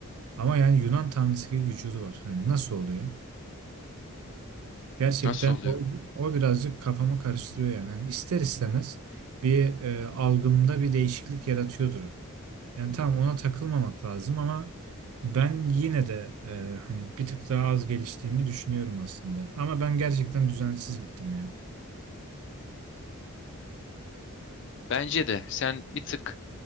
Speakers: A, on the right; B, on the left.
A: Ama yani Yunan tanrısı gibi vücudu var. Hani nasıl oluyor? Gerçekten
B: Nasıl oluyor?
A: o, o birazcık kafamı karıştırıyor yani. Hani ister istemez bir e, algımda bir değişiklik yaratıyordur o. Yani tamam ona takılmamak lazım ama ben yine de e, hani bir tık daha az geliştiğimi düşünüyorum aslında. Ama ben gerçekten düzensiz gittim yani.
B: Bence de sen bir tık